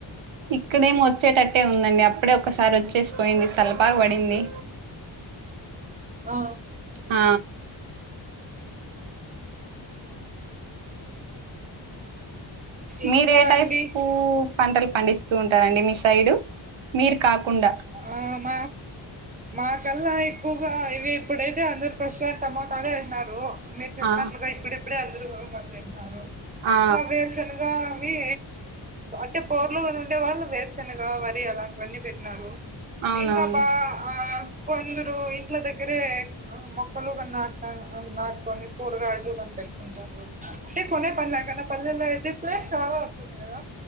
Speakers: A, on the right; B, on the right.
A: ఇక్కడేమి వచ్చేటట్టే ఉందండి అప్పుడే ఒకసారి వచ్చేసి పోయింది సల్పగ పడింది
B: ఆ
A: ఆ
B: ఇంకా
A: మీరు ఏ టైపు
B: అండి
A: పంటలు పండిస్తూ ఉంటారండి మీ సైడు మీరు కాకుండా
B: ఆ మ మాకల్లా ఎక్కువగా ఇవి ఇప్పుడైతే అందరు ప్రస్తుతాం టమోటాలు వేసిన్నారు మీరు చెప్పినట్లుగా
A: ఆ
B: ఇప్పుడిప్పుడే అందరు మళ్ళీన్నారు
A: ఆ
B: మా వేరుసెనగ అవి అంటే బోర్లుగా ఉండే వాళ్ళు వేరుశెనగ వరి అలాంటివన్నీ పెట్టినారు
A: అవునవును
B: ఇంకా బా ఆ కొందరు ఇంట్ల దగ్గరే మొక్కలు కానీట నాటుకొని కూరగాయలు గాని పేట్టుకుంటారు అంటే కొనే పనేలేకున పల్లెల్లో ఐతే ప్లేస్ చాలా ఉంటుంది కదా